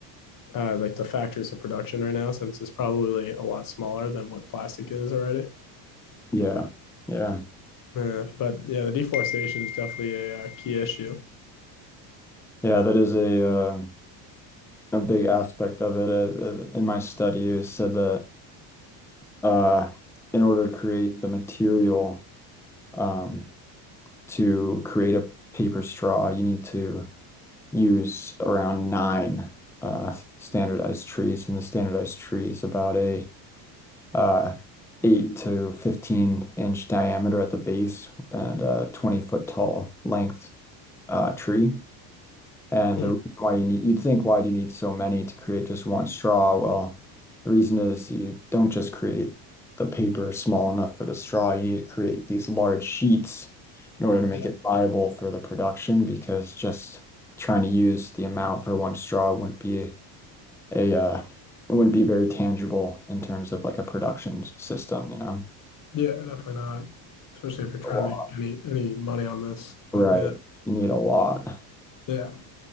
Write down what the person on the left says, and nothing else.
uh, like the factors of production right now, since it's probably a lot smaller than what plastic is already.
But
yeah, but yeah, the deforestation is definitely a, uh key issue.
Mm,
yeah,
yeah, definitely not, especially if you're trying
to make any any money on this. But
yeah,
yeah,